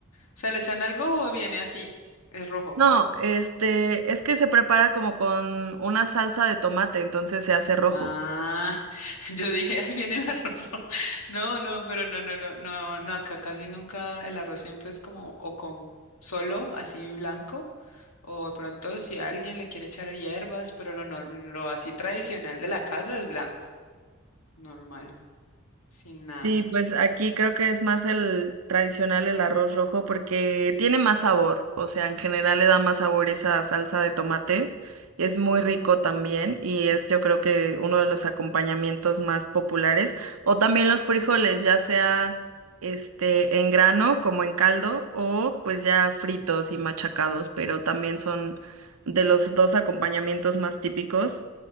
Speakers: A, on the left; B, on the right.
A: sea, ¿le echan algo o viene así? Es rojo.
B: No, este, es que se prepara como con una salsa de tomate, entonces se hace rojo.
A: Ah, <laughs> yo dije, ahí viene el arroz. <laughs> No, no, pero no, no, no, no, no, acá casi nunca el arroz siempre es como o con solo así blanco o de pronto si alguien le quiere echar hierbas, pero lo, nor- lo así tradicional de la casa es blanco, normal, sin nada.
B: Sí, pues
A: <laughs>
B: aquí creo que es más el tradicional, el arroz rojo, porque tiene más sabor, o sea, en general le da más sabor esa salsa de tomate, es muy rico también y es yo creo que uno de los acompañamientos más populares, o también los frijoles, ya sean este en grano como en caldo o pues ya fritos y machacados, pero también son de los dos acompañamientos más típicos.